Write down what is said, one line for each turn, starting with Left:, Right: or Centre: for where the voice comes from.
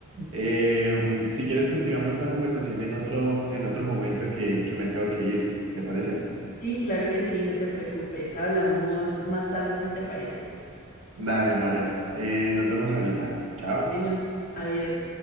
Right: Eh, si quieres, continuamos esta conversación en otro, en otro momento que, que me tengo que ir. ¿Te parece?
Left: Sí, claro que sí, no te preocupes, hablamos más tarde si te parece.
Right: Dale, María. Eh, nos vemos ahorita. Chao.
Left: Bueno, adiós.